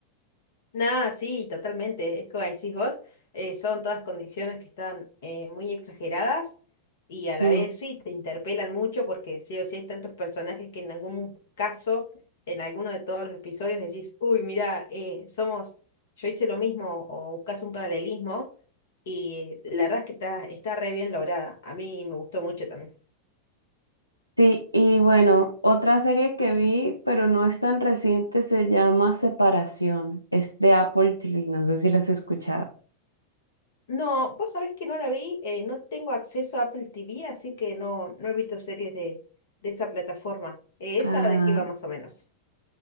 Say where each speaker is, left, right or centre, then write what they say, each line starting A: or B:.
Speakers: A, on the left; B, on the left.
A: Nada, sí, totalmente. Es como decís vos, eh, son todas condiciones que están eh, muy exageradas y a la
B: Mm.
A: vez sí te interpelan mucho porque sí o sí hay tantos personajes que en algún caso, en alguno de todos los episodios decís, uy, mira, somos, yo hice lo mismo o buscas un paralelismo y eh, la verdad es que está, está re bien lograda. A mí me gustó mucho también.
B: Sí, y bueno, otra serie que vi, pero no es tan reciente, se llama Separación. Es de Apple TV, no sé si las has escuchado.
A: No, vos sabés que no la vi, eh, no tengo acceso a Apple TV, así que no, no he visto series de, de esa plataforma. Eh,
B: Ah,
A: ¿esa de qué va más o menos?